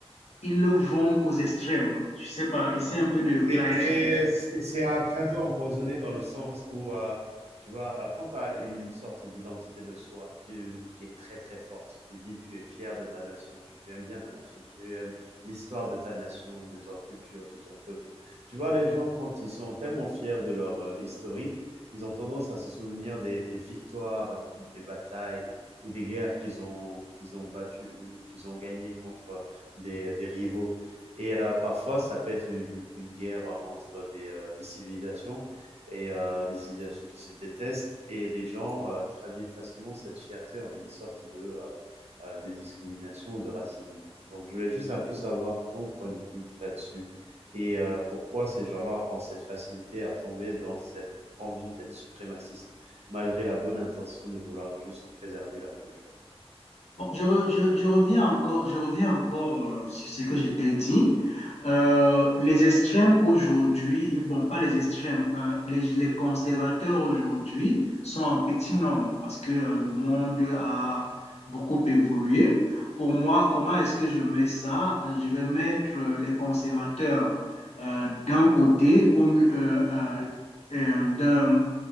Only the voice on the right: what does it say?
C'est c'est- c'est un cadeau empoisonné dans le sens où, euh, tu vois, euh, quand tu as une sorte d'identité de soi tu- qui est très très forte, tu dis tu es fier de ta nation, tu aimes bien ta nation, tu aimes l'histoire de ta nation, de ta culture, de ton peuple. Tu vois, les gens, quand ils sont tellement fiers de leur euh, historique, ils ont tendance à se souvenir des, des victoires, des batailles ou des guerres qu'ils ont, qu'ils ont battues, euh, qu'ils ont gagnées contre des, des rivaux. Et euh, parfois, ça peut être une, une guerre entre des, euh, des civilisations et euh, des civilisations qui se détestent. Et les gens euh, traduisent facilement cette fierté en une sorte de, euh, euh, de discrimination ou de racisme. Donc, je voulais juste un peu savoir ton point de vue là-dessus et euh, pourquoi ces gens-là ont cette facilité à tomber dans cette envie d'être suprémaciste, malgré la bonne intention de vouloir juste préserver leur culture.